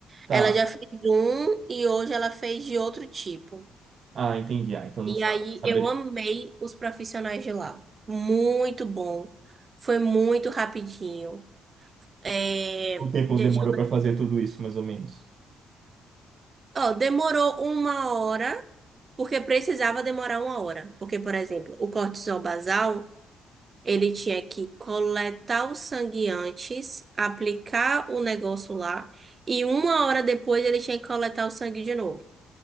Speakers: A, on the right; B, on the right.
A: Tá.
B: Ela já fez um e hoje ela fez de outro tipo.
A: Ah, entendi. Ah, então não
B: E
A: sa-
B: aí
A: saberia
B: eu amei os profissionais de lá. Muito bom. Foi muito rapidinho. É...
A: quanto tempo
B: gente,
A: demorou para fazer tudo isso, mais ou menos.
B: Ó, demorou uma hora, porque precisava demorar uma hora. Porque, por exemplo, o cortisol basal, ele tinha que coletar o sangue antes, aplicar o negócio lá, e uma hora depois ele tinha que coletar o sangue de novo.